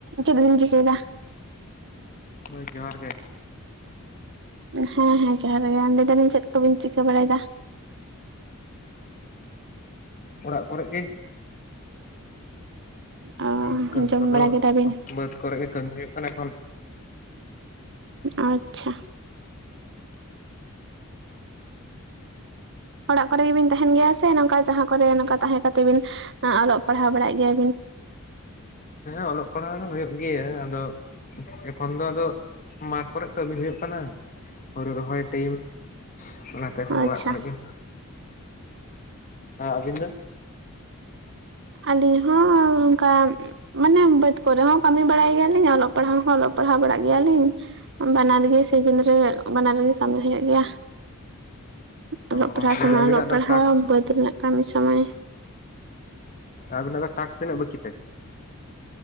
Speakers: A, on the right; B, on the left.
A: ᱪᱮᱫ ᱵᱤᱱ ᱪᱤᱠᱟᱹᱭ ᱫᱟ?
B: ᱦᱳᱭ ᱡᱚᱦᱟᱨ ᱜᱮ᱾
A: ᱦᱮᱸ ᱦᱮᱸ ᱡᱚᱦᱟᱨ ᱜᱮ ᱟᱨ ᱞᱟᱹᱭᱮᱫᱟᱞᱤᱧ ᱪᱮᱫ ᱠᱚᱵᱤᱱ ᱪᱤᱠᱟᱹ ᱵᱟᱲᱟᱭᱮᱫᱟ‌?
B: ᱚᱲᱟᱜ ᱠᱚᱨᱮ ᱜᱮ᱾
A: ᱚ
B: ᱚᱱᱠᱟᱱ
A: ᱡᱚᱢ
B: ᱠᱚᱫᱚ
A: ᱵᱟᱲᱟ ᱠᱮᱫᱟ ᱵᱤᱱ
B: ᱵᱟᱹᱫᱽ ᱠᱚᱨᱮ ᱜᱮ ᱠᱟᱹᱢᱤ ᱦᱩᱭᱩᱜ ᱠᱟᱱᱟ ᱮᱠᱷᱚᱱ᱾
A: ᱟᱪᱪᱷᱟ ᱚᱲᱟᱜ ᱠᱚᱨᱮ ᱜᱮᱵᱤᱱ ᱛᱟᱦᱮᱱ ᱜᱮᱭᱟ ᱥᱮ ᱱᱚᱝᱠᱟ ᱡᱟᱦᱟᱸ ᱠᱚᱨᱮ ᱱᱚᱝᱠᱟ ᱛᱟᱦᱮᱸ ᱠᱟᱛᱮ ᱵᱤᱱᱼᱼ ᱚᱞᱚᱜ ᱯᱟᱲᱦᱟᱣ ᱵᱟᱲᱟᱜ ᱜᱮᱭᱟ ᱵᱤᱱ?
B: ᱦᱮᱸ ᱚᱞᱚᱜ ᱯᱟᱲᱦᱟᱣ ᱫᱚ ᱦᱩᱭᱩᱜ ᱜᱮᱭᱟ ᱟᱫᱚ ᱮᱠᱷᱚᱱ ᱫᱚ ᱟᱫᱚᱼᱼ ᱢᱟᱴ ᱠᱚᱨᱮ ᱠᱟᱹᱢᱤ ᱦᱩᱭᱩᱜ ᱠᱟᱱᱟ ᱦᱩᱲᱩ ᱨᱚᱦᱚᱭ ᱴᱟᱭᱤᱢ ᱚᱱᱟᱛᱮ ᱮᱠᱷᱚᱱ
A: ᱟᱪᱪᱷᱟ
B: ᱚᱲᱟᱜ ᱠᱚᱨᱮ ᱜᱮ᱾ ᱦᱟᱸ ᱟᱵᱤᱱᱫᱚ?
A: ᱟᱹᱞᱤᱧ ᱦᱚᱸ ᱚᱱᱠᱟᱼᱼ ᱢᱟᱱᱮ ᱵᱟᱹᱫᱽ ᱠᱚᱨᱮ ᱦᱚᱸ ᱠᱟᱹᱢᱤ ᱵᱟᱲᱟᱭ ᱜᱮᱭᱟᱞᱤᱧ ᱚᱞᱚᱜ ᱯᱟᱲᱦᱟᱣ ᱦᱚᱸ ᱚᱞᱚᱜ ᱯᱟᱲᱦᱟᱣ ᱵᱟᱲᱟᱜ ᱜᱮᱭᱟᱞᱤᱧ᱾ ᱵᱟᱱᱟᱨ ᱜᱮ ᱥᱤᱡᱤᱱ ᱨᱮ ᱵᱟᱱᱟᱨᱜᱮ ᱠᱟᱹᱢᱤ ᱦᱩᱭᱩᱜ ᱜᱮᱭᱟ᱾ ᱚᱞᱚᱜ
B: ᱚ
A: ᱯᱟᱲᱦᱟᱣ ᱥᱚᱢᱚᱭ
B: ᱟᱹᱵᱤᱱᱟᱜ
A: ᱚᱞᱚᱜ
B: ᱫᱚ
A: ᱯᱟᱲᱦᱟᱣ
B: ᱴᱟᱠᱥ
A: ᱵᱟᱹᱫᱽ ᱨᱮᱱᱟᱜ ᱠᱟᱹᱢᱤ ᱥᱚᱢᱚᱭᱼᱼ
B: ᱟᱨᱵᱤᱱᱟᱜ ᱫᱚ ᱴᱟᱥᱠ ᱛᱤᱱᱟᱹᱜ ᱵᱟᱹᱠᱤ ᱛᱮ?